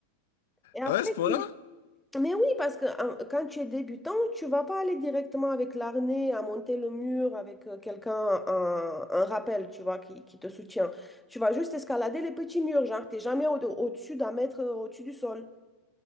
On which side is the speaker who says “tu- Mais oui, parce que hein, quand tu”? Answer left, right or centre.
Centre